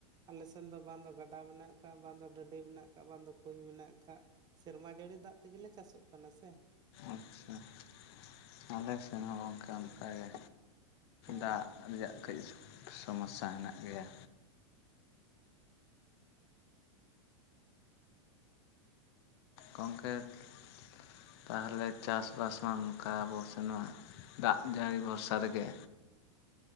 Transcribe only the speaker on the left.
ᱟᱪᱪᱷᱟ <inaudible> ᱟᱞᱮ ᱥᱮᱱ ᱦᱚᱸ ᱜᱚᱢᱠᱮ ᱚᱱᱠᱟᱜᱮ
ᱫᱟᱜ ᱨᱮᱭᱟᱜ ᱠᱟᱹᱡ ᱥᱚᱢᱚᱥᱥᱟ ᱦᱮᱱᱟᱜ ᱜᱮᱭᱟ ᱠᱚᱝᱠᱨ <inaudible> ᱛᱟᱦᱞᱮ ᱪᱟᱥᱵᱟᱥ ᱢᱟ ᱱᱚᱝᱠᱟ ᱟᱵᱚ ᱥᱮᱱ ᱢᱟ ᱫᱟᱜ ᱡᱟᱹᱲᱤ ᱵᱷᱚᱨᱥᱟ ᱨᱮᱜᱮ